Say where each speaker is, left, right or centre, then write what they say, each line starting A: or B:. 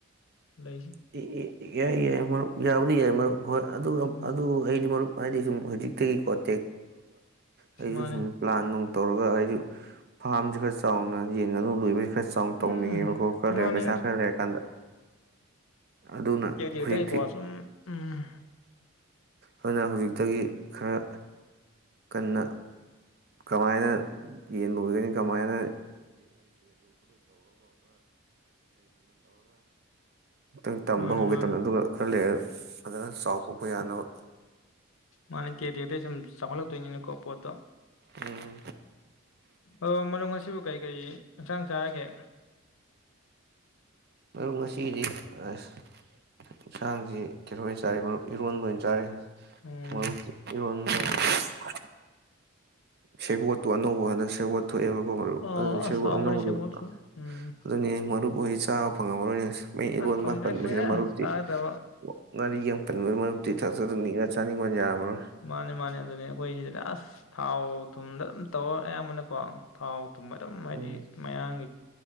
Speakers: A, on the left; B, on the right.
A: ꯂꯩꯁꯤ
B: ꯌꯥꯏ ꯌꯥꯏ ꯌꯥ ꯃꯔ ꯌꯥꯎꯔꯤ ꯌꯥ ꯃꯔ ꯍꯣꯏ ꯑꯗꯨ
A: ꯎꯝ
B: ꯑꯗꯨ ꯑꯩꯁ ꯃꯔꯨꯞ inaudible ꯑꯩꯁꯨ
A: ꯃꯥꯅꯦ
B: ꯁꯨꯝ ꯄ꯭ꯂꯥꯟ ꯅꯨꯡ ꯇꯧꯔꯒ ꯑꯩꯁꯨ ꯐꯥꯔꯝꯁꯤ ꯈꯔ ꯆꯥꯎꯅ ꯌꯦꯟ ꯉꯥꯅꯨ ꯂꯣꯏꯕꯕꯁꯤ ꯈꯔ ꯆꯥꯎꯅ
A: ꯎꯝ
B: ꯇꯧꯅꯤꯡꯉꯦꯕꯀꯣ ꯈꯔ ꯂꯩꯔꯦ
A: ꯃꯥꯅꯦ
B: ꯄꯩꯁꯥ ꯈꯔ ꯂꯩꯔꯀꯥꯟꯗ ꯑꯗꯨꯅ
A: ꯀ ꯀ
B: ꯍꯧꯖꯤꯛꯇꯤ
A: ꯇꯥꯏ ꯀ ꯋꯥꯁꯨꯨꯝ ꯎꯝ
B: ꯑꯗꯨꯅ ꯍꯧꯖꯤꯛꯇꯒꯤ ꯈꯔ ꯀꯟꯅ ꯀꯃꯥꯏꯅ ꯌꯦꯟ ꯂꯣꯏꯒꯅꯤ ꯀꯃꯥꯏꯅ ꯈꯤꯇꯪ ꯇꯝꯕ
A: ꯃꯥꯅꯦ
B: ꯍꯧꯒꯦ
A: ꯃꯥꯅꯦ
B: ꯇꯧꯅ ꯑꯗꯨꯒ ꯈꯔ ꯂꯩꯔ ꯐꯖꯅ ꯆꯥꯎꯊꯣꯛꯄ ꯌꯥꯅꯕ
A: ꯃꯥꯅꯦ ꯀꯦꯗꯦꯗꯩ ꯁꯨꯝ ꯆꯥꯎꯂꯞ ꯇꯅꯀꯣ ꯄꯠꯇꯣ
B: ꯎꯝ
A: ꯑꯣ ꯃꯔꯣ ꯑꯁꯤꯕꯨ ꯀꯔꯤ ꯀꯔꯤ ꯌꯦꯟꯁꯥꯡ ꯆꯥꯔꯒꯦ
B: ꯉꯁꯤꯗꯤ ꯑꯁ ꯌꯦꯟꯁꯥꯡꯁꯤ ꯀꯩꯅꯇꯣ ꯑꯣꯏꯅ ꯆꯥꯔꯦ ꯃꯔꯨꯞ ꯏꯔꯣꯟꯕ ꯑꯣꯏꯅ ꯆꯥꯔꯦ
A: ꯎꯝ
B: ꯃ <unintelligible> ꯁꯦꯕꯣꯠꯇꯨ ꯑꯅꯧꯕ ꯍꯟꯗꯛ ꯁꯦꯕꯣꯠꯇ ꯊꯣꯛꯑꯦꯕꯀꯣ ꯃꯔꯨꯞ
A: ꯑꯣ
B: ꯑꯗꯨꯅꯤ
A: ꯑꯁ
B: ꯁꯤꯕꯨ
A: ꯍꯥꯎꯕꯅꯦ
B: ꯑꯅꯧꯕ
A: ꯁꯦꯕꯣꯠꯁꯨ ꯎꯝ
B: ꯑꯗꯨꯅꯤ ꯃꯔꯨꯞ <unintelligible> ꯆꯥꯕ ꯐꯪꯉꯝꯃꯔꯣꯏꯅꯤ ꯃ ꯏꯔꯣꯟ
A: ꯑꯁ ꯐꯪꯗ꯭ꯔꯦ
B: ꯃꯥꯄꯟꯕꯁꯤꯗ
A: ꯀꯨꯏꯔꯦ
B: ꯃꯔꯨꯞꯇꯤ
A: ꯆꯥꯒꯗꯕ
B: ꯉꯥꯔꯤꯒ <unintelligible> <unintelligible> ꯑꯗꯨꯅꯤꯡꯉ ꯆꯥꯅꯤꯡꯕ ꯌꯥꯃꯔꯣꯏ
A: ꯃꯥꯅꯦ ꯃꯥꯅꯦ ꯑꯗꯨꯅꯦ ꯑꯩꯈꯣꯏ ꯑꯁ ꯊꯥꯎ ꯊꯨꯝꯗ ꯑꯗꯨꯝ ꯇꯧꯔ ꯑꯌꯥꯝꯕꯅꯀꯣ ꯊꯥꯎ ꯇꯨꯝꯕ ꯑꯗꯨꯝ ꯍꯥꯏꯗꯤ
B: ꯎꯝ
A: ꯃꯌꯥꯝꯒꯤ